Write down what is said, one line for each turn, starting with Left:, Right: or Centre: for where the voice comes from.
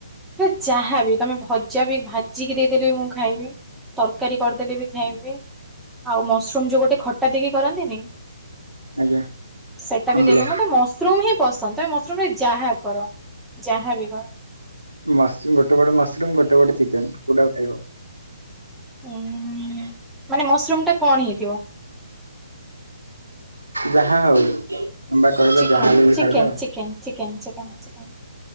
Centre: ରେ ଯାହା ବି ତମେ ଭଜା ବି ଭାଜିକି ଦେଇଦେଲେ ବି ମୁଁ ଖାଇବି। ତରକାରୀ କରିଦେଲେ ବି ଖାଇବି ଆଉ ମସରୁମ ଯୋଉ ଗୋଟେ ଖଟା ଦେଇକି କରନ୍ତିନି?
Right: ଆଜ୍ଞା
Centre: ସେଟା
Right: ଆମ୍ବୁଲ
Centre: ବି ଦେଲେ ମତେ ମସରୁମ ହିଁ ପସନ୍ଦ ତମେ ମସରୁମ ରେ ଯାହା କର ଯାହା ବି କର।
Right: ମସ ଗୋଟେ ପଟେ ମସରୁମ୍ ଗୋଟେ ପଟେ ଚିକେନ କୋଉଟା କୁ ଖାଇବ?
Centre: ଉଁ ମାନେ ମସରୁମ ଟା କଣ ହେଇଥିବ?
Right: ଯାହା ହଉ ତମେ ବା କହିଲ
Centre: ଚିକେନ
Right: ଯାହା ହେଲେ ବି
Centre: ଚିକେନ
Right: ଖାଇଦବ।
Centre: ଚିକେନ ଚିକେନ ଚିକେନ ଚିକେନ